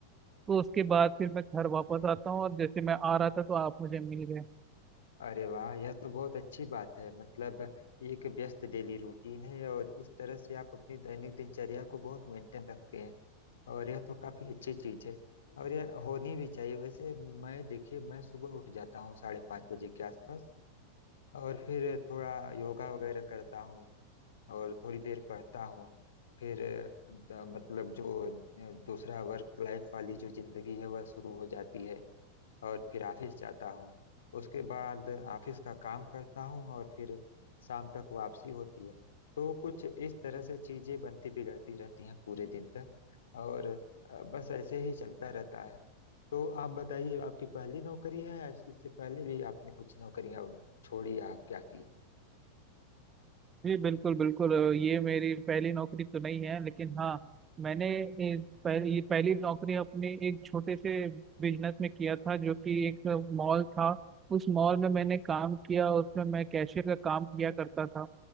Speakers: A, on the right (about 20°); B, on the left (about 65°).
A: तो उसके बाद फिर मैं घर वापस आता हूँ और जैसे मैं आ रहा था तो आप मुझे मिल गए
B: अरे वाह यह तो बहुत अच्छी बात है मतलब ये एक व्यस्त डेली रूटीन है और इस तरह से आप अपनी दैनिक दिनचर्या को बहुत मेंटेन रखते हैं और यह तो काफी अच्छी चीज है और यह होनी भी चाहिए वैसे मैं देखिए मैं सुबह उठ जाता हूँ साढ़े पाँच बजे के आसपास और फिर थोड़ा योगा वगैरह करता हूँ और थोड़ी देर पढ़ता हूँ फिर अ, द- मतलब जो अ, दूसरा वर्क लाइफ वाली जो जिंदगी है वह शुरू हो जाती है और फिर ऑफिस जाता हूँ उसके बाद ऑफिस का काम करता हूँ और फिर शाम तक वापसी होती है तो कुछ इस तरह से चीजें बनती बिगड़ती रहती हैं पूरे दिन तक और अ, बस ऐसे ही चलता रहता है तो आप बताइए आपकी पहली नौकरी है या इससे पहले भी आपने कुछ नौकरियां छोड़ी या क्या की
A: जी बिल्कुल बिल्कुल अ, ये मेरी पहली नौकरी तो नहीं है लेकिन हाँ मैंने ये पहली ये पहली नौकरी अपने एक छोटे से बिजनेस में किया था जो कि एक मॉल था उस मॉल में मैंने काम किया उसमें मैं कैशियर का काम किया करता था